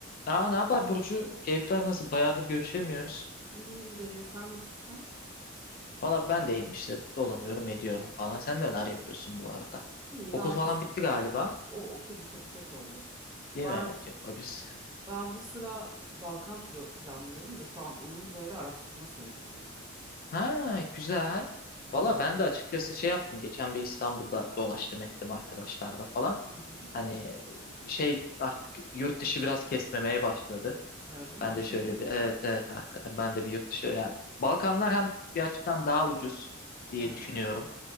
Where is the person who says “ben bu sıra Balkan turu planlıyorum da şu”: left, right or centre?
Right